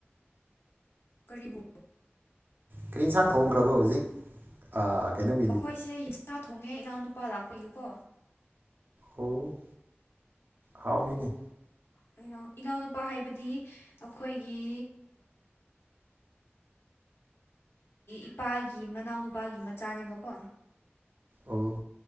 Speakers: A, on the left (about 60°); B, on the right (about 50°).
A: ꯀꯔꯤꯕꯣ
B: ꯀꯔꯤ ꯌꯦꯟꯁꯥꯡ ꯊꯣꯡꯣꯡꯈ꯭ꯔꯕꯔ‌ꯣ ꯍꯧꯖꯤꯛ ꯑꯥ ꯀꯩꯅꯣꯒꯤꯗꯤ
A: ꯑꯩꯁꯦ ꯌꯦꯟꯁꯥ ꯊꯣꯡꯉꯦ ꯏꯅꯥꯎꯅ ꯅꯨꯄꯥ ꯂꯥꯛꯄꯒꯤꯀꯣ
B: ꯑꯣ ꯍꯥꯎꯅꯤꯅꯦ
A: ꯀꯩꯅꯣ ꯏꯅꯥꯎꯅꯨꯄꯥ ꯍꯥꯏꯕꯗꯤ ꯑꯩꯈꯣꯏꯒꯤ ꯏꯄꯥꯒꯤ ꯃꯅꯥꯎꯅꯨꯄꯥꯒꯤ ꯃꯆꯥꯅꯦꯕꯀꯣ
B: ꯎꯝ